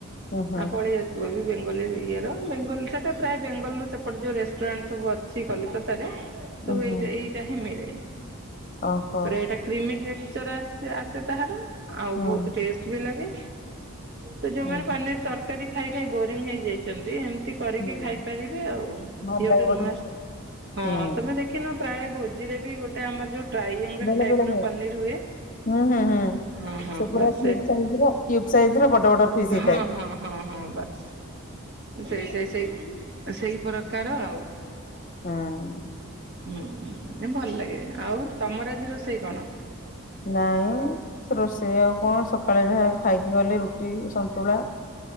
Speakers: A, on the left (about 35°); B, on the right (about 50°).
A: ହୁଁ ହୁଁ
B: ଆ ପଳେଇ ଆସିବ ବି ବେଙ୍ଗଲୀ ଇଏର ବେଙ୍ଗଲୀ ଟା। ପ୍ରାୟ ବେଙ୍ଗଲୁ ସେପଟେ ଯୋଉ ରେଷ୍ଟୁରାଣ୍ଟ ସବୁ ଅଛି କଲିକତାରେ
A: ହୁଁ
B: ସବୁ
A: ହୁଁ
B: ଏଇଟା ଏଇ ଟାହିଁ ମିଳେ
A: ଓହୋ।
B: ହିିରେ କ୍ରିଲିକ୍ଟ ଲେଚର ଆସେ ତାହାର। ଆଉ
A: ହୁଁ
B: ବହୁତ ଟେଷ୍ଟ ବି ଲାଗେ। ତ ଯୋଉମାନେ
A: ହୁଁ
B: ପାନିର ତରକାରୀ ଖାଇ ଖାଇ ବୋରିଙ୍ଗ ହେଇଯାଇଛନ୍ତି ଏମିତି କ
A: ହୁଁ
B: ଖାଇପାରିବେ ଆଉ
A: ଭଲ
B: ଇଏ ଗୋଟେ
A: ଲାଗିବ
B: ନୂଆ
A: ଟିକେ
B: ହଁ
A: ହୁଁ
B: ତମେ ଦେଖ। ପ୍ରାୟ ଭୋଜିରେ ବି ଗୋଟେ ଆମର ଯୋଉ ଟ୍ରାଇଏଙ୍ଗଲ
A: ବେଳେ
B: ଟାଇପର
A: ବେଳେ ହୁଏ।
B: ପନିର ହୁଏ।
A: ହୁଁ ହୁଁ ହୁଁ
B: ହଁ ହଁ
A: ସେ ପୁରା
B: ବାସ୍
A: କ୍ୟୁବ ସାଇଜର କ୍ୟୁବ ସାଇଜର ବଡ ବଡ ପିସ ହୋଇଥାଏ।
B: ହଁ ହଁ ହଁ ବାସ୍ ସେ ସେ ସେଇ ସେଇ ପ୍ରକାର ଆଉ
A: ହୁଁ
B: ହୁଁ ଭଲ ଲାଗେ ଆଉ ତମର ଆଜି ରୋଷେଇ କଣ।
A: ନାଇଁ ସେ ରୋଷେଇ ଆଉ କଣ ସକାଳେ ଯାହା ଖାଇକି ଗଲେ ରୁଟି, ସନ୍ତୁଳା।